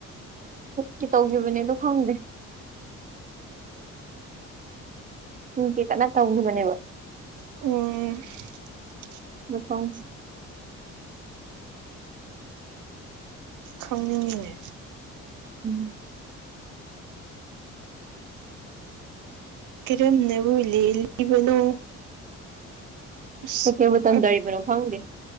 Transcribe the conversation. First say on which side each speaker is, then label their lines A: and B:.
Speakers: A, on the right; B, on the right.
A: ꯀ ꯇꯧꯈꯤꯕꯅꯦꯗꯣ ꯐꯪꯗꯦ ꯎ ꯀꯦ ꯀꯟꯅ ꯇꯧꯈꯤꯕꯅꯦꯕ
B: ꯑꯣ
A: ꯅꯨꯄꯥꯥꯎ
B: ꯈꯪꯅꯤꯡꯉꯉꯦ
A: ꯎꯝ
B: ꯀꯔꯝꯅꯕꯨ ꯂꯦꯜꯂꯤꯕꯅꯣ ꯑꯁ
A: ꯀꯩꯀꯩꯕꯨ ꯇꯝꯗꯔꯤꯕꯅꯣ ꯈꯪꯗꯦ